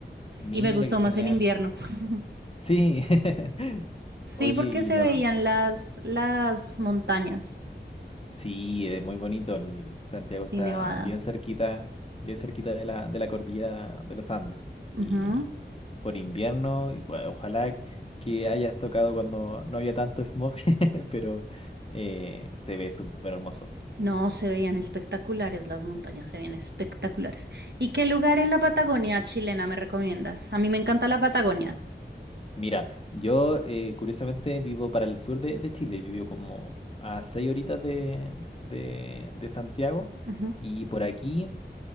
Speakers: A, on the left (about 30°); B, on the right (about 65°).
A: Mira,
B: y me gustó
A: qué genial.
B: más en invierno. <laughs>
A: Sí. <laughs>
B: Sí,
A: Oye,
B: porque
A: y
B: se
A: no.
B: veían las las montañas,
A: Sí, es muy bonito. el Santiago
B: sí,
A: está
B: nevadas.
A: bien cerquita, bien cerquita de la, de la cordillera de los Andes.
B: Ujú.
A: Y por invierno, igua- ojalá que hayas tocado cuando no haya tanto smog, <laughs> pero eh, se ve súper hermoso.
B: No, se veían espectaculares las montañas, se veían espectaculares. ¿Y qué lugar en la Patagonia chilena me recomiendas? A mí me encanta la Patagonia.
A: Mira, yo eh, curiosamente vivo para el sur de, de Chile, yo vivo como a seis horitas de, de, de Santiago
B: Ujú.
A: y por aquí